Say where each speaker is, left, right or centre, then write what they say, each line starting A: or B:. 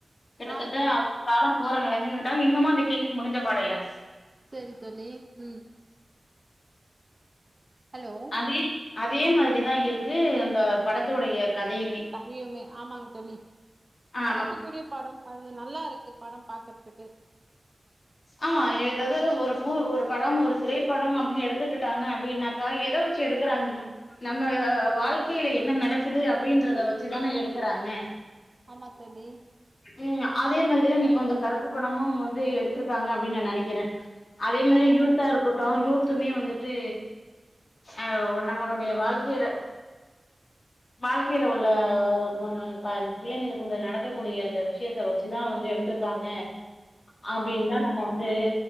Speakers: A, on the left; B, on the right.
A: கிட்டத்தட்ட
B: ஆ சேரி
A: அவுங்க காலோ போற நெலமைக்கு வந்துட்டாங்க இன்னமு அந்த கேஸ் முடிஞ்ச பாடு இல்ல
B: செரி தோழி ம் ஹலோ
A: அதே அதே மாத்ரிதா இருக்கு அந்த படத்தோடய கதயுமே
B: கதையுமே ஆமாங் தோழி
A: ஆ
B: பாக்க கூடிய படோ அது நல்லாருக்கு படம் பாக்கற்துக்கு
A: ஆமா எதாவ் ஒரு மூவ் ஒரு படம் ஒரு திரைப்படம் அப்டின்னு எடுத்துக்கிட்டாங்க அப்படின்னாக்கா எத வச்சு எடுக்கறாங்க நம்ம வாழ்கையில என்ன நடக்குது அப்டின்றத வச்சிதான எடுக்குறாங்க
B: ஆமா தோழி
A: ம் அதே மாதிரிதா இப்ப இந்த கருப்பு படமு வந்து எடுத்துருக்காங்க அப்டின்னு நா நெனைக்குற அதே
B: ஆ
A: மரி
B: நல்லா
A: யூத்தா இருக் கூட்டோ யூத்துமே வந்துட்டு அ நம்மளுடய வாழ்க்கையில வாழ்க்கையில உள்ள பாதி பிள்ளைங்களுக்குள்ள நடக்கக்கூடிய அந்த விஷயத்த வச்சுதா வந்து எடு திருக்காங்க அப்டின்னு
B: ஆ ஓகே
A: தா
B: தோழி
A: நம்ம வந்து